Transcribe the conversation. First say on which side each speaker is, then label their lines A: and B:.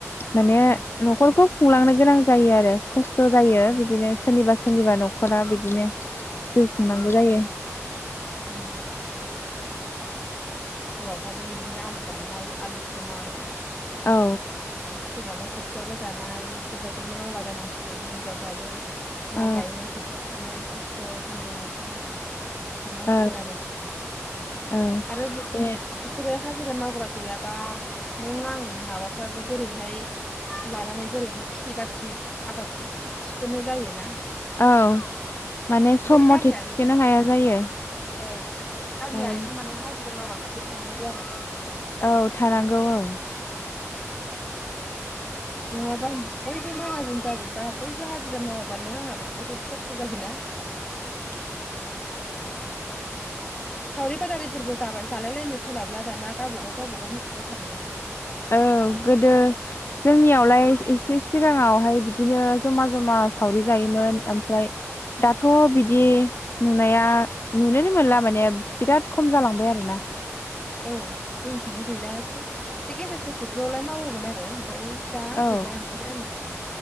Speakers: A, on the left; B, on the left.
A: माने
B: उम
A: न'खरखौ खुंलांनो गोनांज जायो आरो खस्थ' जायो
B: ओं
A: बिदिनो सोरनिबा <unintelligible> न'खरा बिदिनो जिउ खुंनांगौ
B: ओं
A: जायो
B: उम हौवाफ्राबो बिदिनो आलि दाननाय आलि खोनाय
A: औ
B: सोरनाबा खोथिया रोगानाय इफोरबायदिनो मावलाबायनांसिगोन हिनजावफ्राबो माइ
A: औ
B: गायनाय खोथिया फुनाय खस्थ' सान्दुं अखायाव थांनांसिगोन
A: औ
B: आरो
A: औ
B: आरो बेफो
A: बे
B: बिसोरो हाजिरा मावग्रा गैयाबा नों आं माबाफ्राबो बोरैहाय लानानै बोरैहाय खिथि बाथि आबाद थि थिखोनो जायोना
A: औ माने
B: बेखायनो
A: सम मथे
B: गामियारिया
A: थिखोनो हाया जायो
B: ओं गामियारिफ्रा
A: औ
B: <unintelligible> मावग्राफोरबो थानांगौ आरो
A: औ थानांगौ औ
B: नङाबा बयबो माहाजोन जाजोबबा बयबो हाजिरा मावाबा नों आंहाबो बुहुत खस्थ' जायोना।
A: <inaudible>
B: सावरि बादारिफोरबो जाबाय जालायलायनो सोलाबला दाना गावबागाव गावबागाव मुखुब जाथारोना
A: औ गोदो जोंनियावलाय एसे सिगाङावहाय बिदिनो जमा जमा सावरि जायोमोन ओमफ्राय दाथ' बिदि नुनाया नुनोनो मोनला माने बिराद खम जालांबाय आरोना
B: औ जोंनिथिंबो गैला एसे गेजेर ससेफोरावलाय मावोमोन आरो ओमफ्राय दा
A: औ
B: गैला ओंखारलायला